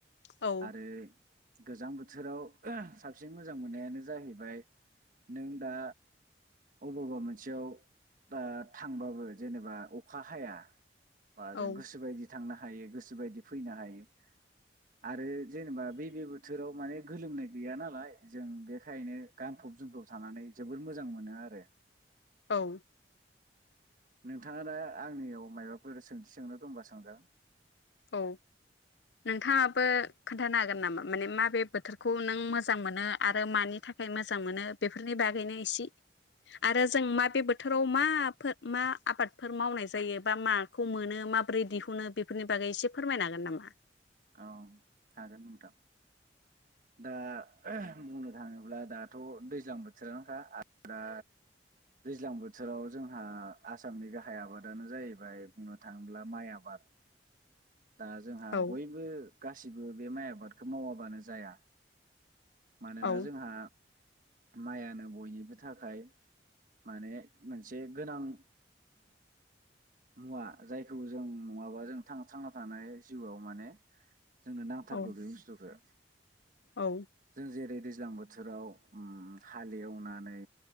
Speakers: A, on the left; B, on the right.
A: औ
B: आरो गोजां बोथोराव साबसिन मोजां मोननायानो जाहैबाय नों दा अबावबा मोनसेयाव दा थांबाबो जेनेबा अखा हाया बाजों
A: औ
B: गोसो बायदि थांनो हायो गोसोबायदि फैनो हायो। आरो जेनेबा बेैबे बोथोराव माने गोलोमनाय गैया नालाय जों बेखायनो गानफब जोमफब थानानै जोबोद मोजां मोनो आरो।
A: औ।
B: नोंथाङा दा आंनियाव मायबाफोर सोंथि सोंनो दंबा सोंजागोन।
A: औ नोंथाङाबो खोन्थानो हागोन नामा माने मा बोथोरखौ नों मोजां मोनो आरो मानि थाखाय मोजां मोनो बेफोरनि बागैनो इसि आरो जों माबे बोथोराव माफोर मा आबादफोर मावनाय जायो बा माखौ मोनो माबोरै दिहुनो बेफोरनि बागै एसे फोरमायनो हागोन नामा?
B: अ हागोन नोंथां। दा बुंनो थाङोब्ला दाथ' दैज्लां बोथोरानोखा आरो दा दिज्लां बोथो बोथोराव जोंहा आसामनि गाहाय आबादानो जाहैबाय बुंनो थाङोब्ला माइ आबाद। दा जोंहा
A: औ
B: बयबो गासिबो बे माइ आबादखौ मावाबानो जाया। मानोना
A: औ
B: जोंहा माइआनो बयनिबो थाखाय माने मोनसे गोनां मुवा जायखौ जों नङाबा जों थांना थानो हाया जिउआव माने जोंनो नांथारगौ
A: औ
B: बे बुस्थुखौ
A: औ
B: जों जेरै दैज्लां बोथोराव उम्म हाल एवनानै